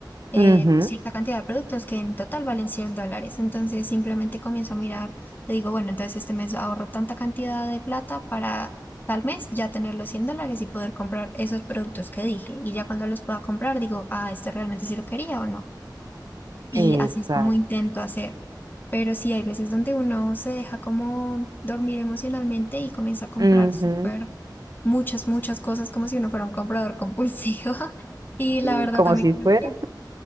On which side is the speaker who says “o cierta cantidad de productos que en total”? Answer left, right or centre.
Left